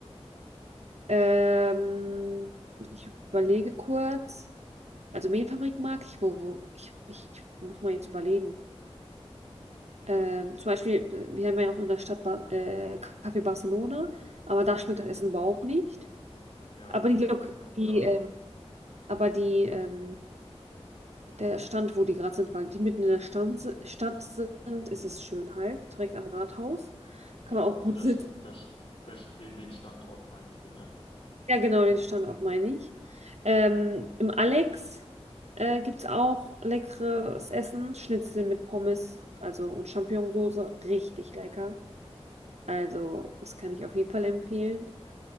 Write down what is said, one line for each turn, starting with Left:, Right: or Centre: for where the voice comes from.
Right: Ähm, ich überlege kurz. Also Mehlfabrik mag ich, wo ich, ich muss mal jetzt überlegen. Ähm, zum Beispiel, äh, wir haben ja auch in der Stadt ba äh, Café Barcelona, aber da schmeckt das Essen überhaupt nicht.
Left: Ja,
Right: Aber
Left: das
Right: die, Lok
Left: gefällt mir auch
Right: die,
Left: gar
Right: ähm,
Left: nicht.
Right: aber die ähm, der Stand, wo die gerade sind, weil die mitten in der Stand, si- Stadt sind, ist es schön halt, direkt am Rathaus. Da
Left: Ja,
Right: kann man auch
Left: also
Right: gut
Left: der,
Right: sitzen.
Left: Sta- der, Sch- der, Sch- den den Standort meinst du, ne?
Right: Ja, genau, den Standort meine ich. Ähm, im Alex äh, gibt es auch leckeres Essen, Schnitzel mit Pommes, also und Champignonsauce, richtig lecker. Also, das kann ich auf jeden Fall empfehlen.